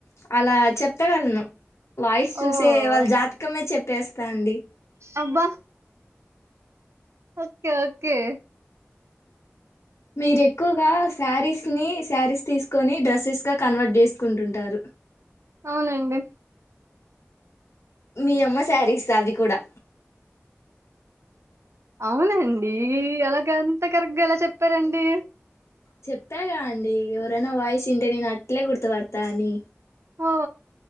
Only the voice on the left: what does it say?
అలా చెప్పగలను వాయిస్ చూసే
వాళ్ళ జాతకమే చెప్ ట్టేస్తా అండి
మీరు ఎక్కువగా శారీస్ ని శారీస్ తీసుకొని డ్రెస్సెస్ గా కన్వర్ట్ చేసుకుంటుంటారు
మీ అమ్మ శారీస్ అవి కూడా
చెప్పాగా అండి ఎవరైనా వాయిస్ వింటే నేను అట్లే గుర్తుపడతా అని